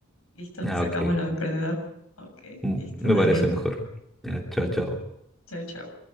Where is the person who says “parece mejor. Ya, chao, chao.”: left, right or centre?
Centre